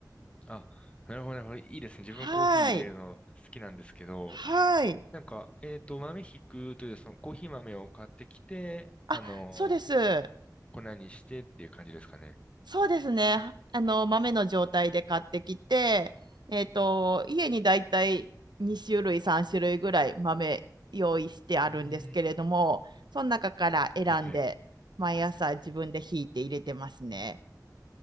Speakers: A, on the left (about 15°); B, on the right (about 85°).
A: あ、なるほど、なるほど。いいですね。
B: はい。
A: 自分コーヒー入れるの好きなんですけど、
B: はい。
A: なんか、えっと、豆ひくという、そのコーヒー豆を買ってきて、
B: あ、
A: あの、
B: そうです。
A: 粉にしてっていう感じですかね。
B: そうですね。あの、豆の状態で買ってきて、えっと、家にだいたい2種類、3種類ぐらい豆用意してあるんですけれども、
A: うーん。
B: その中から選んで、
A: はいはい。
B: 毎朝自分でひいて入れてますね。